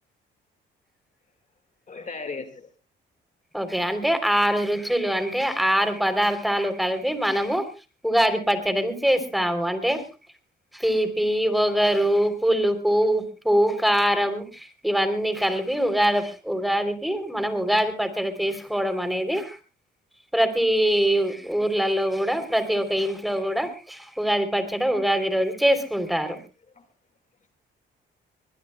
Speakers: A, on the left; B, in the centre.
A: తయారు చేస్త
B: ఓకే అంటే ఆరు రుచులు అంటే ఆరు పదార్థాలు కలిపి మనము ఉగాది పచ్చడని చేస్తాము అంటే తీపి వగరు పులుపు ఉప్పు కారం ఇవన్నీ కలిపి ఉగాది ఉగాదికి మనం ఉగాది పచ్చడి చేసుకోవడం అనేది ప్రతి ఊర్లలో కూడా ప్రతి ఒక్క ఇంట్లో కూడా ఉగాది పచ్చడ ఉగాది రోజు చేసుకుంటారు
A: ఆఓ